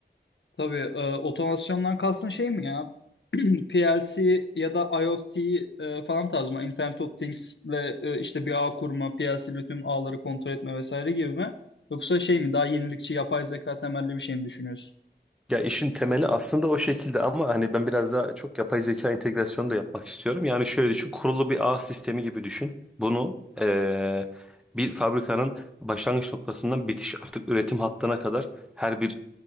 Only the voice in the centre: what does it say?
Ya işin temeli aslında o şekilde ama hani ben biraz daha çok yapay zeka entegrasyonu da yapmak istiyorum. Yani şöyle düşün, kurulu bir ağ sistemi gibi düşün. Bunu eee, bir fabrikanın başlangıç noktasından bitiş artık üretim hattına kadar her bir